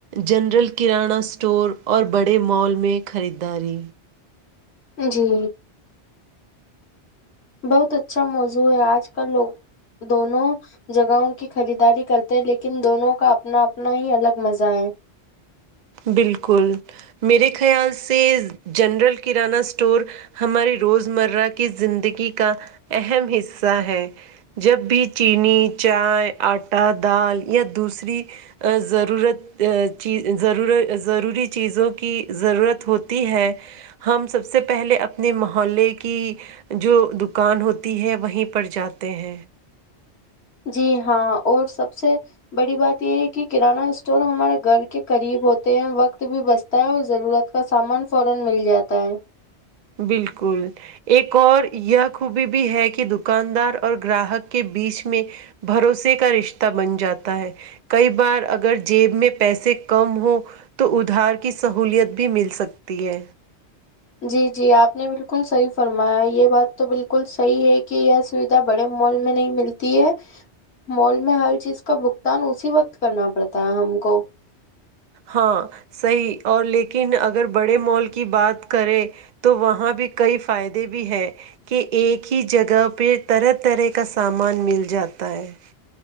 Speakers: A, on the right; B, on the left.
A: جنرل کررانہ اسٹور اور بڑے مال میں خریداری
B: جی بہت اچھا موضوع ہے آج کل لوگ دونوں جگہوں کی خریداری کرتے ہیں لیکن دونوں کا اپنا اپنا ہی الگ مزہ ہے
A: بالکل میرے خیال سے جنرل کریانہ اسٹور ہماری روز مرہ کی زندگی کا اہم حصہ ہے جب بھی چینی چائے آٹا دال یا دوسری ضرورت چیز ضرور ضروری چیزوں کی ضرورت ہوتی ہے ہم سب سے پہلے اپنے محلے کی جو دکان ہوتی ہے وہیں پر جاتے ہیں
B: جی ہاں اور سب سے بڑی بات یہ ہے کہ کرانہ سٹور ہمارا گن کے قریب ہوتے ہیں وقت بھی بچتا ہے اور ضرورت کا سامان فورا مل جاتا ہے
A: بالکل ایک اور یہ خوبی بھی ہے کہ دکاندار اور گراہک کے بیچ میں بھروسے کا رشتہ بن جاتا ہے کئی بار اگر جیب میں پیسے کم ہوں تو ادھار کی سہولت بھی مل سکتی ہے
B: جی جی آپ نے بالکل صحیح فرمایا یہ بات تو بالکل صحیح ہے کہ یہ سویدھا بڑے مال میں نہیں ملتی ہے مال میں ہر چیز کا بگتان اسی وقت کرنا پڑتا ہے ہم کو
A: ہاں صحیح اور لیکن اگر بڑے مال کی بات کریں تو وہاں بھی کئی فائدے بھی ہیں کہ ایک ہی جگہ پہ طرح طرح کا سامان مل جاتا ہے